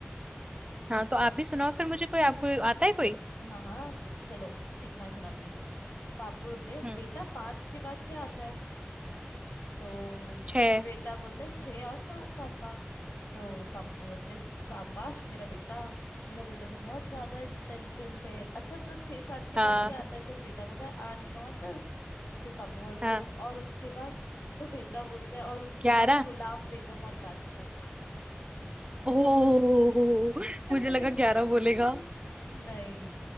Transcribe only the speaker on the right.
हाँ तो आप भी सुनाओ फिर मुझे कोई आपको आता है कोई
हम्म
छह
हम्म,
हाँ
हाँ
ग्यारह
ओह
मुझे लगा ग्यारह
बोलेगा